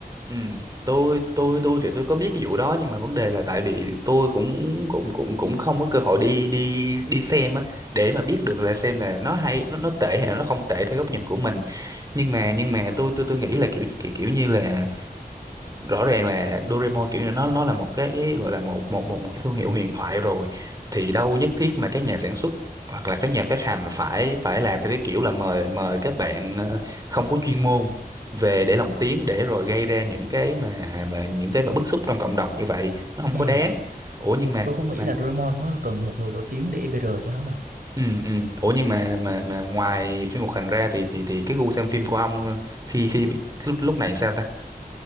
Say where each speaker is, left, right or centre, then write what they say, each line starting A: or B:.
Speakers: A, on the right; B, on the right.
A: Ừ, tôi tôi tôi thì tôi có biết cái vụ đó nhưng mà vấn đề là tại vì tôi cũng cũng cũng cũng không có cơ hội đi đi đi xem á để mà biết được là xem là nó hay nó nó tệ hay là nó không tệ theo góc nhìn của mình nhưng mà nhưng mà tôi tôi tôi nghĩ là kiểu kiểu kiểu như là rõ ràng là Doraemon kiểu như nó nó là một cái gọi là một một một một cái thương hiệu huyền thoại rồi thì đâu nhất thiết mà các nhà sản xuất hoặc là các nhà phát hành phải phải làm theo cái kiểu là mời mời các bạn ờ, không có chuyên môn về để lồng tiếng để rồi gây ra những cái mà mà những cái mà bức xúc trong cộng đồng như vậy nó không
B: ừ.
A: có đáng ủa nhưng mà
B: tôi không nghĩ
A: mà
B: là Draymond nó cần một người nổi tiếng để EBR cho hắn đâu
A: ừ ừ ủa nhưng mà mà mà ngoài phim hoạt hình ra thì thì thì cái gu xem phim của ông khi khi lúc lúc này sao ta